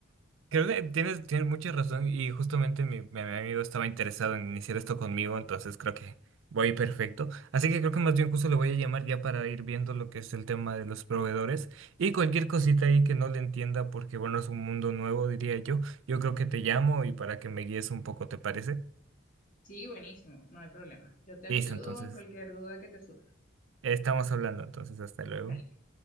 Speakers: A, on the right (about 70°); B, on the left (about 40°).
A: Creo que tienes, tienes mucha razón y justamente mi, mi amigo estaba interesado en iniciar esto conmigo, entonces creo que voy perfecto. Así que creo que más bien justo le voy a llamar ya para ir viendo lo que es el tema de los proveedores y cualquier cosita ahí que no le entienda porque bueno, es un mundo nuevo, diría yo. Yo creo que te llamo y para que me guíes un poco, ¿te parece?
B: Sí, buenísimo, no hay problema. Yo te
A: Listo,
B: ayudo
A: entonces,
B: en cualquier duda que te surja.
A: estamos hablando, entonces hasta luego.
B: Dale.